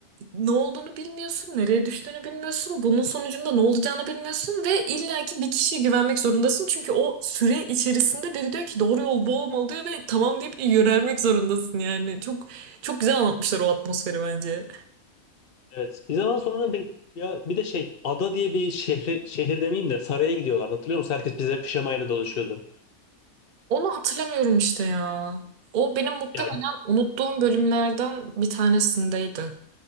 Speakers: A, on the right; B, on the left.
A: ne olduğunu bilmiyorsun, nereye düştüğünü bilmiyorsun, bunun sonucunda ne olacağını bilmiyorsun ve illaki bir kişiye güvenmek zorundasın. Çünkü o süre içerisinde biri diyor ki doğru yol bu olmalı diyor ve tamam deyip yönelmek zorundasın yani. Çok çok güzel anlatmışlar o atmosferi bence.
B: Evet bir zaman sonra bir, ya bir de şey ada diye bir şehre, şehir demeyeyim de saraya gidiyorlardı hatırlıyor musun? Herkes bize pijamayla dolaşıyordu.
A: Onu hatırlamıyorum işte ya. O benim muhtemelen
B: Ya
A: unuttuğum bölümlerden bir tanesindeydi.